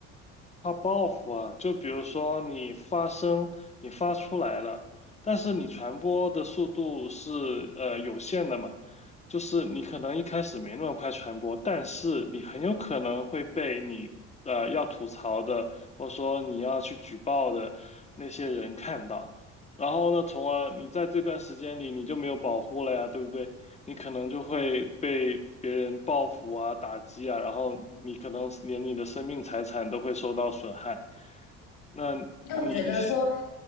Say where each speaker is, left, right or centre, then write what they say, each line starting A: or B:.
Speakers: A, on the left; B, on the left.
A: 它报复啊，就比如说你发声，你发出来了，但是你传播的速度是呃有限的嘛，就是你可能一开始没那么快传播，但是你很有可能会被你呃要吐槽的，或者说你要去举报的那些人看到，然后呢，从而你在这段时间里你就没有保护了呀，对不对？你可能就会被别人报复啊、打击啊，然后你可能连你的生命财产都会受到损害。那你是
B: 但我觉得说，